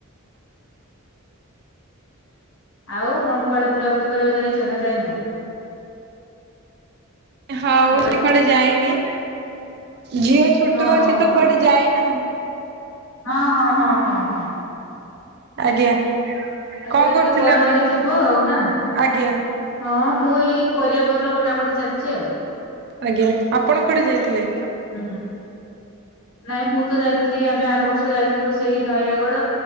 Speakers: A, on the left; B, on the right.
A: ଆଉ କଣ କୁଆଡେ ବୁଲାବୁଲି କରିବାକୁ ଯାଇଚ ନା ଯାଇନ?
B: ହଉ
A: ହ୍ୟାଲୋ
B: ସେ କୁଆଡେ ଯାଇନି। ଝିଅ ଛୋଟ
A: ଓହୋ
B: ଅଛି ତ କୁଆଡେ ଯାଇନି ଆଉ।
A: ହଁ-ହଁ-ହଁ-ହଁ।
B: ଆଜ୍ଞା।
A: ଆଉ
B: କଣ
A: ଝିଅ ଟିକେ
B: କରୁଥିଲେ
A: ବଡ
B: ଆପଣ?
A: ହେଲେ ଯିବ ଆଉ ନା।
B: ଆଜ୍ଞା
A: ହଁ। ମୁଁ ଏଇ ପରିବା ପତ୍ର କଟାକଟି ଚାଲଛି ଆଉ।
B: ଆଜ୍ଞା, ଆପଣ କୁଆଡେ ଯାଇଥିଲେ?
A: ହୁଁ ନାଇଁ ମୁଁ ତ ଯାଇଥିଲି ଆମେ ଆର ବର୍ଷ ଯାଇଥିଲୁ ସେଇ ନୟାଗଡ।